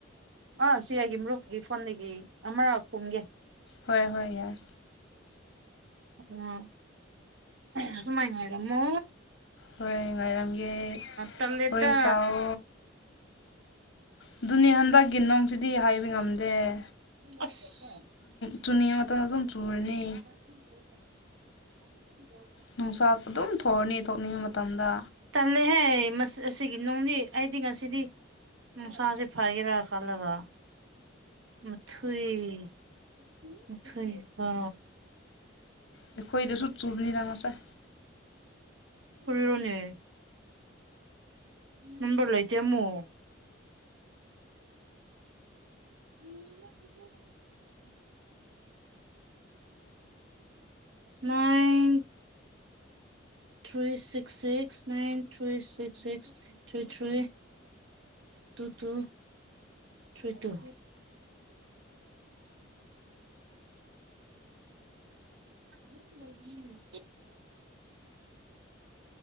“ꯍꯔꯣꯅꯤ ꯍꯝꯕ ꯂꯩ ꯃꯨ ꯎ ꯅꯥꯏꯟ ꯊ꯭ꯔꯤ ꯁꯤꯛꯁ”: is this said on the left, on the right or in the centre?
Right